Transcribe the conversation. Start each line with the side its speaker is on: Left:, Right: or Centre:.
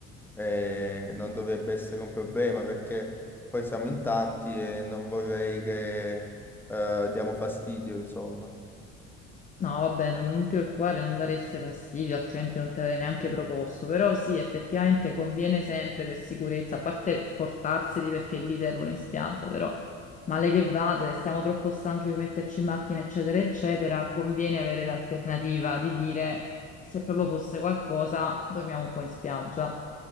Centre: e non dovrebbe essere un problema perché poi siamo in tanti e non vorrei che eh, diamo fastidio, insomma.
Left: No, vabbè, non, non ti preoccupare, non dareste fastidio, altrimenti non te l'avrei neanche proposto. Però sì, effettivamente conviene sempre per sicurezza, a parte portarseli perché lì servono in spiaggia, però male che vada, se siamo troppo stanchi di metterci in macchina, eccetera, eccetera, conviene avere l'alternativa di dire se proprio fosse qualcosa, dormiamo un po' in spiaggia.